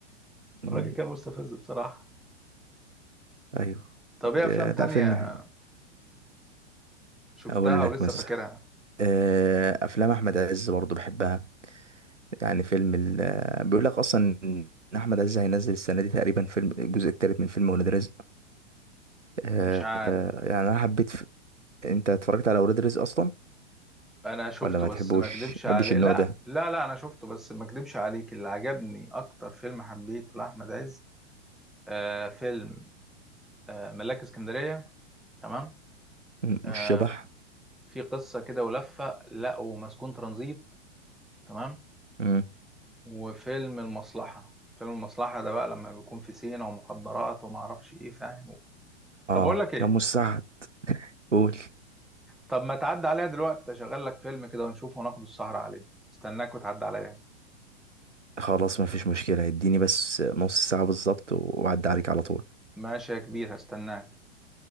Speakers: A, on the right (about 85°); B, in the centre.
A: <laughs> أمم،
B: الراجل كان مستفز بصراحه
A: ايوه
B: طب ايه
A: ب-
B: افلام تانية
A: لا فيلم حلو
B: شفتها
A: اقول لك
B: ولسه
A: مثلا
B: فاكرها
A: آه، افلام احمد عز برضو بحبها يعني فيلم ال... آه، بيقول لك اصلا ان احمد عز هينزل السنه دي تقريبا فيلم الجزء الثالث من فيلم ولاد رزق آه،
B: مش عارف
A: آه، يعني انا حبيت ف... انت اتفرجت على ولاد رزق اصلا
B: انا شفته
A: ولا ما
B: بس
A: تحبوش
B: ما اكدبش
A: تحبش
B: عليه
A: النوع
B: لا
A: ده
B: لا لا انا شفته بس ما اكدبش عليك اللي عجبني اكتر فيلم حبيته لاحمد عز آه فيلم آه ملاك اسكندريه تمام
A: مم،
B: آه
A: والشبح
B: في قصه كده ولفه لقوا مسجون ترانزيت تمام
A: مم.
B: وفيلم المصلحه فيلم المصلحه ده بقى لما بيكون في سينا ومخدرات وما اعرفش ايه فاهم
A: اه
B: طب اقول لك ايه
A: يا ام السعد قول
B: طب ما تعدي عليا دلوقتي اشغل لك فيلم كده ونشوفه وناخد السهره عليه استناك وتعدي عليا
A: خلاص ما فيش مشكلة اديني بس نص ساعة بالظبط وأعدي عليك على طول
B: ماشي يا كبير هستناك